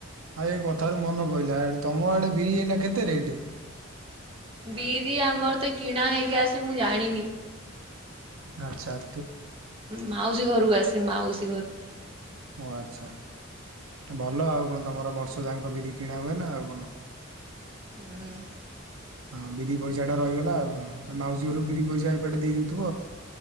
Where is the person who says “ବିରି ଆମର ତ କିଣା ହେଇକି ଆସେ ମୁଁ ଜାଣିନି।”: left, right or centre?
Right